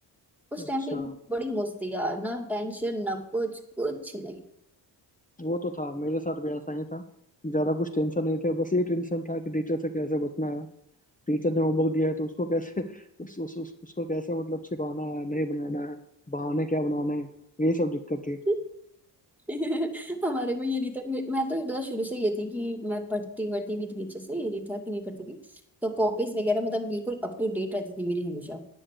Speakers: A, in the centre; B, on the left.
A: उस
B: अच्छा
A: टाइम पे बड़ी मौज थी यार ना टेंशन ना कुछ कुछ नहीं
B: वो तो था मेरे साथ भी ऐसा ही था ज्यादा कुछ टेंशन नहीं था बस ये टेंशन था कि टीचर से कैसे बचना है टीचर ने होमवर्क दिया है तो उसको कैसे <laughs> उस, उस, उस, उसको कैसे मतलब छिपाना है नहीं बनाना है बहाने क्या बनाना है ये सब दिक्कत थी
A: <laughs> <laughs> हमारे में ये नहीं था मैं मैं तो मतलब शुरू से ये थी कि मैं पढ़ती पढ़ती भी थी अच्छे से ये नहीं था कि नहीं पढ़ती थी तो कॉपीज वगैरह मतलब बिल्कुल अप टू डेट रहती थी मेरी हमेशा